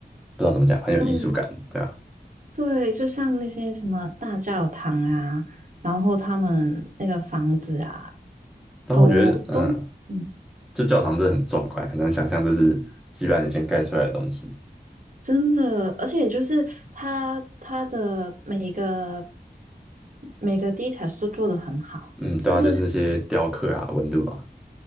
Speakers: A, in the centre; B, on the right.
A: 知道怎么讲，很有艺术感，
B: 对。
A: 对啊。
B: 对，就像那些什么大教堂啊，然后他们那个房子啊，
A: 然后我觉得，
B: 都都嗯，
A: 嗯，就教堂真的很壮观，很难想象这是几百年前盖出来的东西。
B: 真的，而且就是他他的每一个每个 details 都做得很好，
A: 嗯，对啊，
B: 就是
A: 就是那些雕刻啊、纹路啊，